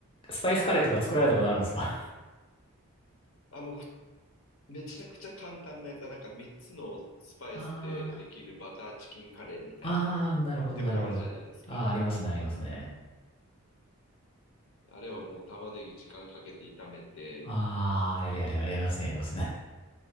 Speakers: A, on the left; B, on the left.
A: スパイスカレーとか作られたことあるんですか
B: あ、もう、めちゃくちゃ簡単なやつ。なんか3つのスパイスでできるバターチキンカレーみたいなの、
A: ああ、ああー、なるほど、
B: よくあるじゃないですか。
A: なるほど。ああ、ありますね、ありますね。
B: あれをもう玉ねぎ時間かけて炒めて、
A: ああ、やるやるやる、やりますね、やりますね。